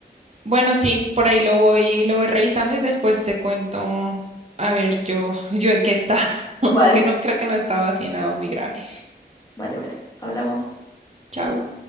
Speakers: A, on the right; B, on the left.
A: Bueno, sí, por ahí lo voy, lo voy revisando y después te cuento, a ver, yo, <laughs> yo en qué estaba, <laughs>
B: Vale,
A: aunque no creo que no estaba así nada muy grave.
B: vale, vale. Hablamos.
A: Chao.